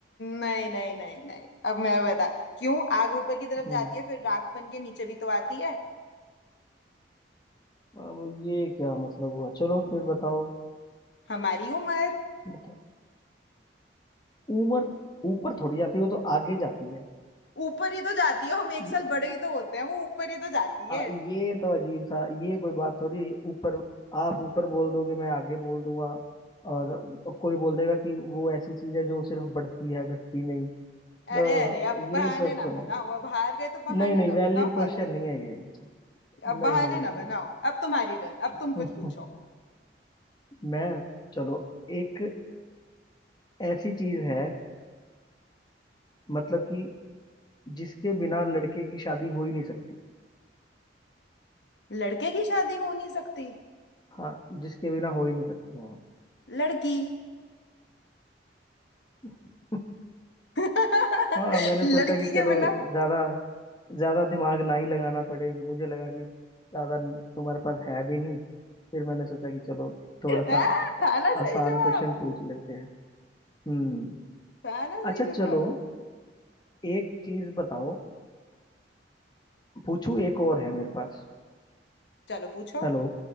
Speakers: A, on the left (about 70°); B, on the left (about 25°).
A: नहीं नहीं नहीं नहीं अब मैं बता क्यों आग ऊपर की तरफ
B: हम्म
A: जाती है फिर राख बन के नीचे भी तो आती है
B: अब ये क्या मतलब हुआ चलो फिर बताओ
A: हमारी उम्र
B: बताओ उम्र ऊपर थोड़ी जाती है वो तो आगे जाती है
A: ऊपर ही तो जाती है हम एक
B: ये
A: साल बड़े ही तो होते हैं वो ऊपर ही तो जाती
B: आ,
A: है
B: ये तो अजीब सा ये कोई बात थोड़ी है, ये ऊपर आप ऊपर बोल दोगे मैं आगे बोल दूंगा और कोई बोल देगा कि वो ऐसी चीज है जो सिर्फ बढ़ती है घटती नहीं
A: अरे
B: तो
A: अरे अब बहाने
B: ये सब
A: ना
B: तो
A: बनाओ अब हार गए तो बहाने
B: नहीं नहीं नहीं
A: ना बनाओ
B: वैलिड क्वेश्चन
A: फालतू
B: नहीं
A: के
B: है ये नहीं
A: अब बहाने
B: नहीं नहीं,
A: ना बनाओ अब तुम्हारी टर्न अब
B: नहीं।
A: तुम कुछ पूछो
B: <laughs> मैं चलो एक ऐसी चीज है मतलब कि जिसके बिना लड़के की शादी हो ही नहीं सकती
A: लड़के की शादी हो नहीं सकती
B: हाँ जिसके बिना हो ही नहीं सकती
A: लड़की
B: हाँ <laughs>
A: <laughs>
B: हाँ मैंने सोचा
A: लड़की
B: कि
A: के
B: चलो
A: बिना <laughs>
B: ज्यादा ज्यादा दिमाग ना ही लगाना पड़े मुझे लगा कि ज्यादा तुम्हारे पास है भी नहीं फिर मैंने सोचा कि चलो थोड़ा
A: हाँ,
B: सा
A: था ना
B: आसान
A: सही जवाब
B: क्वेश्चन पूछ लेते हैं हम्म
A: था ना सही
B: अच्छा
A: जवाब
B: चलो एक चीज बताओ पूछू एक और है मेरे पास
A: चलो पूछो
B: हेलो